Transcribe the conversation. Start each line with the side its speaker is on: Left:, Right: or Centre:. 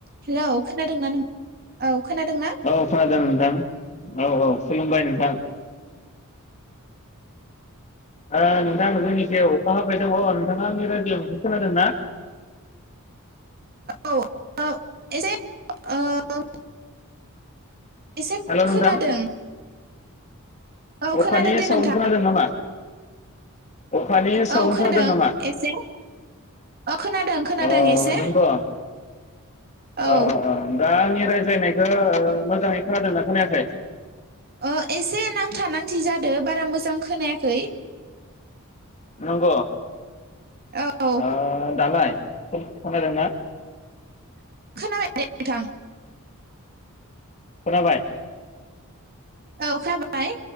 Right: Hello खोनादोंना नों औ खोनादोंना
Left: औ खोनादों नोंथां औ औ खुलुमबाय नोंथां आ नोंथां जोंनिखे अखा हाबाय दङ नोंथाङा आंनि रायज्लायनायखौ खोनादोंना?
Right: औ एसे ओ औ एसे खम
Left: हेलौ नोंथां
Right: खोनादों। औ
Left: अखानि
Right: खोनादों दे
Left: सावन
Right: नोंथां
Left: खोनादों नामा? अखानि
Right: औ
Left: साउन्ड
Right: खोनादों
Left: नामा
Right: एसे औ खोनादों खोनादों
Left: अ
Right: एसे
Left: नंग' अ
Right: औ
Left: अ अ दा आंनि रायज्लायनायखौ ओ मोजाङै खोनादोंना खोनायाखै?
Right: ओ एसे नांथा नांथि जादों बारा मोजां खोनायाखै
Left: नंग
Right: औ
Left: आ दालाय खोनादोंना?
Right: खोनाबाय दे नोंथां
Left: खोनाबाय
Right: औ खोनाबाय